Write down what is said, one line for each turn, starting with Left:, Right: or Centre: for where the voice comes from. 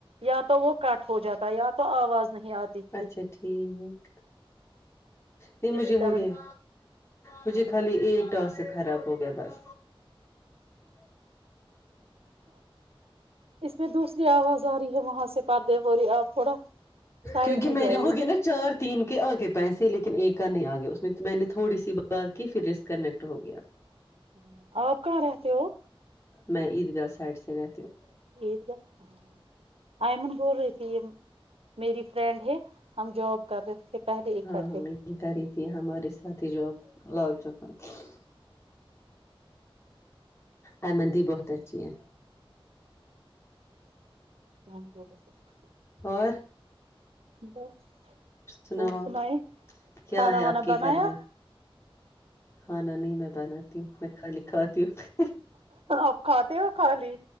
Right: یا تو وہ کاٹ ہو جاتا یا تو آواز نہیں آتی تھی
Left: اچھا ٹھیک نہیں
Right: اسی
Left: مجھے
Right: طرح
Left: ہو گیا
Right: میں
Left: مجھے خالی ایکٹاس سے خراب ہو گیا بس
Right: اس میں دوسری آواز آ رہی ہے وہاں سے پرارد ہو رہی آپ تھوڑا سائڈ
Left: کیونکہ
Right: میں
Left: میرے
Right: جائیے
Left: یہاں ہو گئے نا چار تین کے آگے پہ پیسے لیکن ایک کا نہیں آ گیا اس میں تو میں نے تھوڑی سی بات کی پھر رسکنیکٹ ہو گیا
Right: ہ آپ کہاں رہتے
Left: میں عید گاہ سائڈ سے رہتی ہوں
Right: یہید گا <unintelligible> آئی م بول رہے تھ <unintelligible> ت میری فرنڈ ہے ہم ہم جاب کر رہے تھے پہلے اکٹھے
Left: ہاں یہ کر رہی تھی ہمارے ساتھی جو اب لال چک میں <unintelligible> آر مندی بہت اچھی ہے
Right: ہاں جی <unintelligible>
Left: اور
Right: بس
Left: سناؤ
Right: اور سناائ
Left: آپ کیا
Right: کھا
Left: ہے آپ
Right: ونا
Left: کے
Right: بنایا
Left: گھر میں کھانا نہیں میں بناتی ہوں میں کھالی کھاتی ہوں <unintelligible>
Right: آپ کھاتے ہو کالی